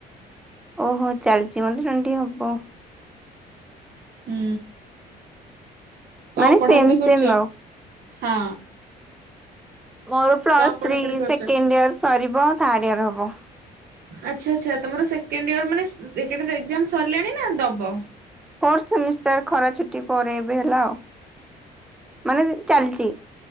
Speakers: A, in the centre; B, on the right.
A: ଓହୋ ଚାଲିଛି ମତେ ଟଣ୍ ହବ <unintelligible>
B: ହୁଁ କଣ
A: ମାନେ
B: ପଢାପଢି
A: ସେମ୍
B: କରୁଛ
A: ସେମ୍ ଆଉ
B: ହଁ
A: ମୋର ପ୍ଲସ
B: କଣ ପଢାପଢି
A: ଥ୍ରୀ
B: କରୁଛ?
A: ସେକେଣ୍ଡ ଇୟର ସରିବ ଥାର୍ଡ ଇୟର ହବ
B: ଆଚ୍ଛା ଆଚ୍ଛା ତମର ସେକେଣ୍ଡ ଇୟର ମାନେ ସେକେଣ୍ଡ ଇୟର ଏକ୍ଜାମ ସରିଲାଣି ନା ଦବ
A: ଫର୍ଥ ସେମିଷ୍ଟାର ଖରା ଛୁଟି ପରେ ଏବେ ହେଲା ଆଉ ମାନେ ଚାଲିଛି